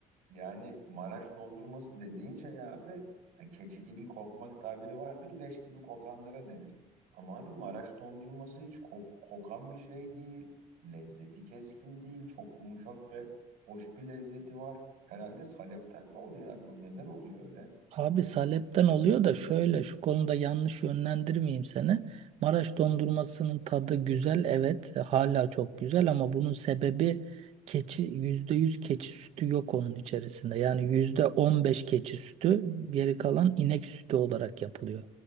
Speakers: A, on the right; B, on the right.
A: Yani Maraş dondurması dediğin şey abi ha, keçi gibi kokmak tabiri vardır leş gibi kokanlara denir. Ama abi Maraş dondurması hiç kok- kokan bir şey değil. Lezzeti keskin değil. Çok yumuşak ve hoş bir lezzeti var. Herhalde salepten mi oluyor abi? O neden oluyor öyle?
B: Abi salepten oluyor da şöyle şu konuda yanlış yönlendirmeyeyim seni. Maraş dondurmasının tadı güzel evet hala çok güzel ama bunun sebebi keçi %100 keçi sütü yok onun içerisinde. Yani %15 keçi sütü geri kalan inek sütü olarak yapılıyor.